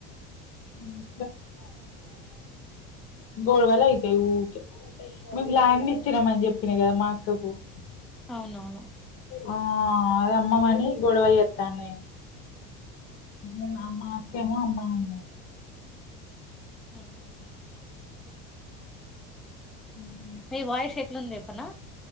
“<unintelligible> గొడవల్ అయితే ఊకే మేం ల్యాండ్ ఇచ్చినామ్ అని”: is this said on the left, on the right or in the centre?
Left